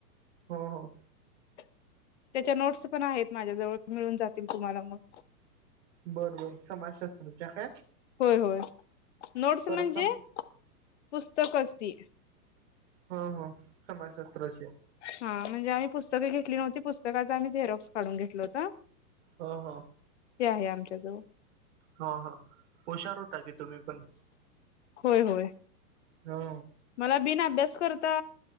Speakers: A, on the right (about 40°); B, on the left (about 45°).
A: हा हो.
B: त्याच्या नोट्स पण आहेत माझ्या जवळ मिळून जातील तुम्हाला मग
A: बर बर समाजशास्त्रच्या काय?
B: होय होय नोट्स
A: परत
B: म्हणजे
A: न
B: पुस्तक असतील
A: ह ह समाज शस्त्र
B: हा म्हणजे आम्ही पुस्तके घेतली नव्हती पुस्तकाचा आम्ही थेरॉक्स काढून घेतल होता
A: ह हा
B: ते आहे आमच्या जवळ
A: हो होा हुशार हो टा की तुम्ही पण
B: होय होय
A: हा
B: मला बिन अभ्यास करता